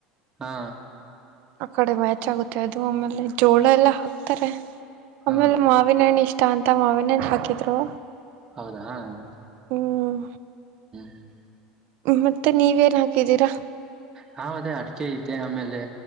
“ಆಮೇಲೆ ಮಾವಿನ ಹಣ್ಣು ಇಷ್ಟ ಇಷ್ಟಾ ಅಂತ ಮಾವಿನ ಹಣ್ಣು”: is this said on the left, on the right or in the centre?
Right